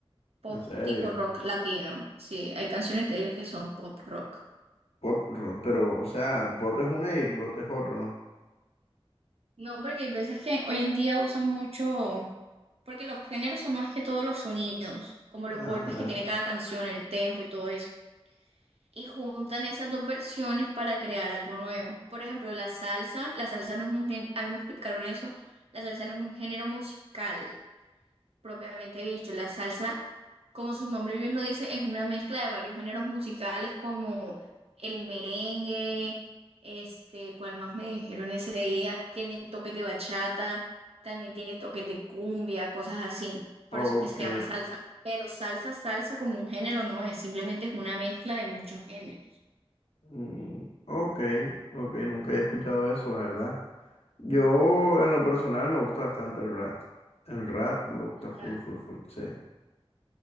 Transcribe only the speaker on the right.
pop
tipo rock latino, sí, hay canciones de ellos que son pop rock.
No, porque hay veces que hoy en día usan mucho, porque los géneros son más que todos los sonidos, como los
golpes que tiene cada canción, el tempo y todo eso. Y juntan esas dos versiones para crear algo nuevo. Por ejemplo, la salsa, la salsa no es un género, a mí me explicaron eso, la salsa no es un género musical, propiamente dicho. La salsa, como su nombre bien lo dice, es una mezcla de varios géneros musicales como el merengue, este, ¿cuál más me dijeron ese día? Tiene toques de bachata, también tiene toques de cumbia, cosas así. Por
eso es que se llama salsa. Pero salsa, salsa como un género no es, simplemente es una mezcla de muchos géneros.
El
rap.